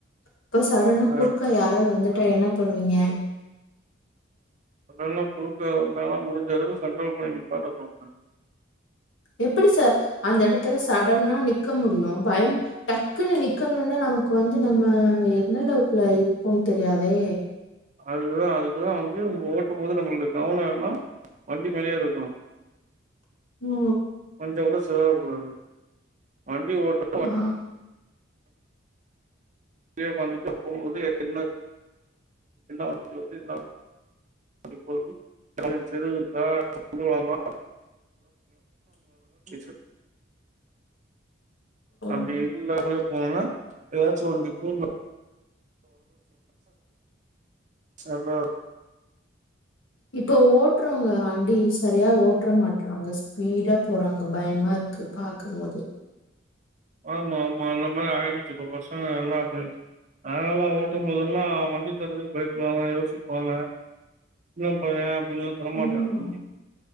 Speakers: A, on the left (about 75°); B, on the right (about 40°).
A: இப்ப சடனா
B: ஆ
A: குறுக்கா யாராவ்து வந்து என்ன பண்ணுவிங்க
B: வந்தாங்னா குறுக்க வந்தாங்னா முடிஞ்ச அளவு கண்ட்ரோல் பண்ணி நிப்பாட்ட பாப்ப
A: எப்படி சார் அந்த எடத்துல சடனா நிக்க முடியு பயம் டக்குன்னு நிக்கணுனா நமக்கு வந்து நம்ம எந்த அளவுக்குல இருப்போம் தெரியாதே
B: அதுதா அதுகுதா வந்து ஓ ட்டும் போது நம்ளுக் கவன எல்லா வண்டி மேலயே இருக்கனு
A: ஓ
B: கொஞ்சங் கூட செதறக்கூடாது ம் வண்டி ஓட்ட
A: ஆ
B: <inaudible> இதே வந்துட்டு போம்போது என்ன வண்டி வருது என்ன வண்டி போவுது எதாது தெரு இருக்கா திரும்பலாமா <inaudible> அப்டி
A: ஓ
B: இருந்தா கூட போனோனா ஏதாச்சும் உனக்கு <inaudible> அதா
A: இப்ப ஓட்டுறவங்க வண்டி சரியா ஓட்டுற மாட்டறாங்க ஸ்பீடா போறாங்க பயமா இருக்கு பாக்கும்போது
B: ஆமா ஆமா அந்த மாதிரி ஆகிடுச்சு இப்ப பசங்க எல்லா அப்பிடி நாங்கல்லாம் ஓட்டும்போதல்லாம் வண்டி தர்றதுக்கு பயப்படுவாங்க யோசிப்பாங்க சின்னா பய்யன் அப்டின்ல்லாம் தரமாட்டாங்க
A: ம்
B: வண்டி